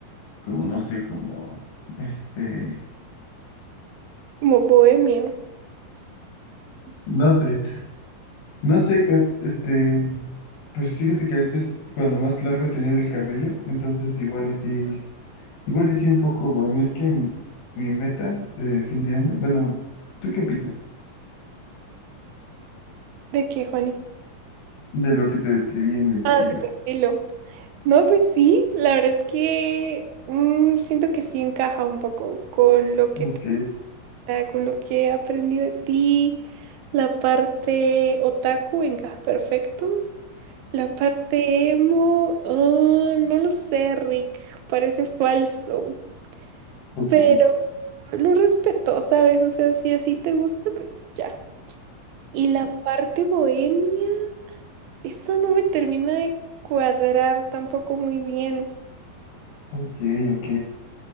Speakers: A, on the left (about 75°); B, on the right (about 80°).
A: como no sé, como, este,
B: como bohemio.
A: no sé, no sé, Kat, este, pues fíjate que ahorita es cuando más largo he tenido el cabello, entonces igual y sí. Igual y sí un poco, bueno, es que mi, mi meta de fin de año, bueno, ¿tú qué opinas
B: ¿De qué, Juani?
A: de lo que te describí en mi estilo?
B: Ah, de tu estilo. No, pues sí, la verdad es que mm, siento que sí encaja un poco con lo que
A: Ok,
B: te- ah, con lo que he aprendido de ti. La parte otaku encaja perfecto. La parte emo, ah no lo sé, Rick, parece falso,
A: ok,
B: pero lo respeto, ¿sabes? O sea, si así te gusta, pues ya. Y la parte bohemia. Esto no me termina de cuadrar tampoco muy bien.
A: ok, ok.